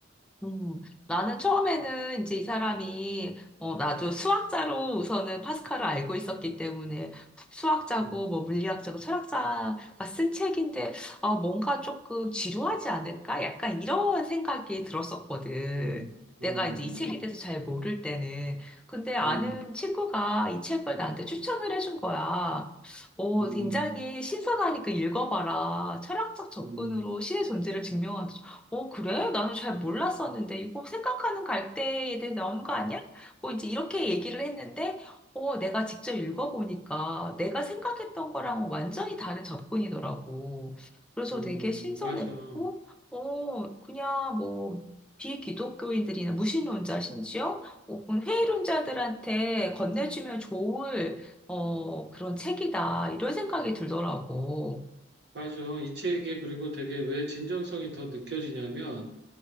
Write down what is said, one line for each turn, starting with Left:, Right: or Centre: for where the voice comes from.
Centre: 음, 나는 처음에는 이제 이 사람이, 어, 나도 수학자로 우선은 파스칼을 알고 있었기 때문에 수학자고
Right: 음,
Centre: 뭐 물리학자고 철학자가 쓴 책인데, 아, 뭔가 조금 지루하지 않을까? 약간 이런 생각이 들었었거든.
Right: 음,
Centre: 내가
Right: 음,
Centre: 이제 이 책에 대해서 잘 모를 때는. 근데 아는
Right: 음,
Centre: 친구가 이 책을 나한테 추천을 해준 거야. 어,
Right: 음,
Centre: 굉장히
Right: 음,
Centre: 신선하니까 읽어봐라. 철학적 접근으로
Right: 음,
Centre: 신의 존재를 증명한다. 어, 그래? 나는 잘 몰랐었는데, 이거 생각하는 갈대에 대해 나오는 거 아니야? 뭐 이제 이렇게 얘기를 했는데, 어, 내가 직접 읽어보니까 내가 생각했던 거랑 완전히 다른 접근이더라고. 그래서
Right: 음,
Centre: 되게 신선했고,
Right: 음, 맞아.
Centre: 어, 그냥 뭐, 비기독교인들이나 무신론자 심지어 혹은 회의론자들한테 건네주면 좋을, 어, 그런 책이다. 이런 생각이 들더라고.
Right: 맞아. 이 책이 그리고 되게 왜 진정성이 더 느껴지냐면,